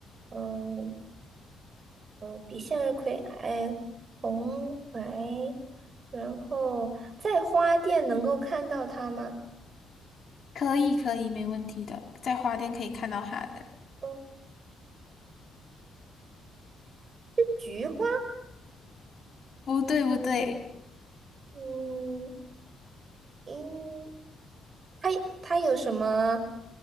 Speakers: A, on the right; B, on the left.
A: 嗯呃，比向日葵矮，红白。然后在花店能够看到它吗？
B: 可以可以，没问题的，在花店可以看到它的。
A: 哦，菊花，
B: 不对不对。
A: 嗯，应它它有什么？